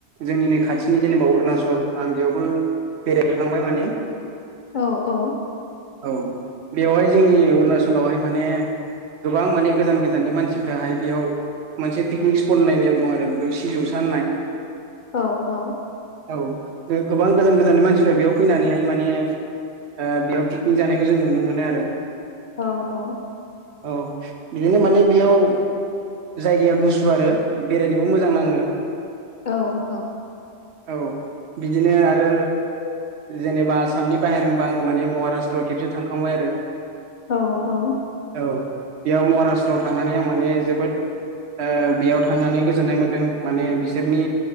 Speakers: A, on the right; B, on the left.
A: जोंनिनो खाथिनि जेनेबा अरुणाचल आं बेयावबो बेरायहैखांबाय माने।
B: औ औ।
A: औ बेवहाय जोंनि अरुणचलावहाय माने। गोबां माने गोजान गोजाननि मानसिफोराहाय बेयाव। मोनसे पिकनिक स्पट होननाय नेम दं आरो बेयाव सिजौसा होननाय।
B: औ औ।
A: औ गो गोबां गोजान गोजाननि मानसिफ्रा बेयाव फैनानैहाय माने। ओ बेयाव पिकनिक जानायखौ जों नुनो मोनो आरो।
B: औ औ।
A: औ बिदिनो माने बेयाव। जायगाया गुसु आरो बेरायनोबो मोजां नाङो।
B: औ औ।
A: औ बिदिनो आरो जेनेबा आसामनि बाहेर होनबा आङो माने महाराषट्रआव खेबसे थांखांबाय आरो।
B: औ औ।
A: औ बेयाव महाराषट्रआव थांनानै आं माने जोबोद ओ बेयाव थांनानै गोजोन्नाय मोनदों माने बिसोरनि